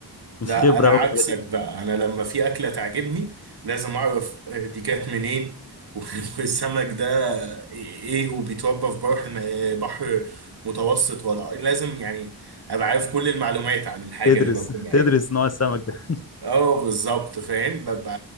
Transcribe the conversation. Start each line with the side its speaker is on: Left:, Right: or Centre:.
Left: مش
Right: لا
Left: خبره
Right: انا
Left: قوي
Right: عكسك
Left: في الحاجات دي
Right: بقى انا لما في اكله تعجبني لازم اعرف آه، دي جت منين <laughs> والسمك ده ايه وبيتربى في بحر بحر متوسط ولا إيه؟ لازم يعني ابقى عارف كل المعلومات عن الحاجه
Left: تدرس
Right: اللي باكلها
Left: تدرس
Right: يعني
Left: نوع السمك ده
Right: اه بالظبط فاهم ببقى